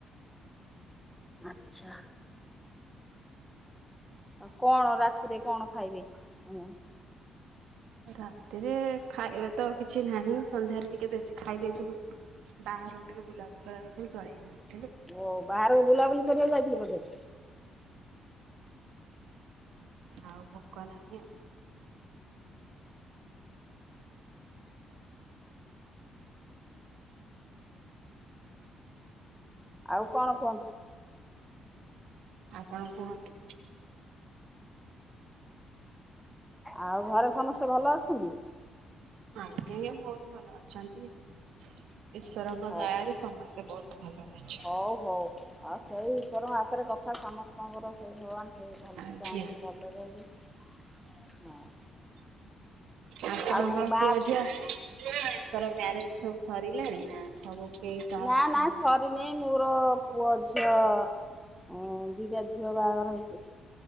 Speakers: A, in the centre; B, on the right.
A: ଆଛା। ଆଉ କଣ ରାତିରେ କଣ ଖାଇବେ ଉଁ?
B: ରାତିରେ ଖାଇବା ତ ଆଉ କିଛି ନାହିଁ ସନ୍ଧ୍ୟାରେ ଟିକେ ବେଶୀ ଖାଇ ଦେଇେଇଥିଲୁ। ବାହାରୁକୁ ଟିକେ ବୁଲା ବୁଲି କରି ଯାଇଥିଲୁ ଜଳଖିଆ ଖାଇଲୁ।
A: ଓ ବାହାରକୁ ବୁଲାବୁଲି କରିବାକୁ ଯାଇଥିଲି ବୋଧେ?
B: ଆଉ ଭୋକ ନାହିଁ ଆଉ।
A: ଆଉ କଣ କୁହନ୍ତୁ।
B: ଆପଣ କୁହନ୍ତୁ।
A: ଆଉ ଘରେ ସମସ୍ତେ ଭଲ ଅଛନ୍ତି?
B: ଆଜ୍ଞା ବହୁତ ଭଲ ଅଛନ୍ତି। ଈଶ୍ଵରଙ୍କ
A: ହଉ
B: ଦୟାରୁ ସମସ୍ତେ ବହୁତ ଭଲରେ ଅଛୁ।
A: ହଉ ହଉ ଆଉ ସେଇ ଈଶ୍ୱରଙ୍କ ହାତରେ କଥା ସମସ୍ତେ ଆପଣଙ୍କର ସେଇ ଭଗବାନ ସେ ଭଲ
B: ଆଜ୍ଞା
A: ଚାହିଁନ୍ତି ଭଲରେ ବି ହଁ।
B: ଆପଣଙ୍କର
A: ଆଉ ବା
B: ପୁଅ ଝିଅ ତାଙ୍କର ମ୍ୟାରେଜ୍ ସବୁ ସରିଲାଣି ନା ସବୁ କେହି କାହାର
A: ନା
B: କିଛି
A: ନା
B: ହୁଁ
A: ସର୍ ହେଇ ନେଇ ମୋର ପୁଅ ଝିଅ ଅଁ ଦୁଇଟା ଝିଅ ବାହାଘର ହେଇଚି।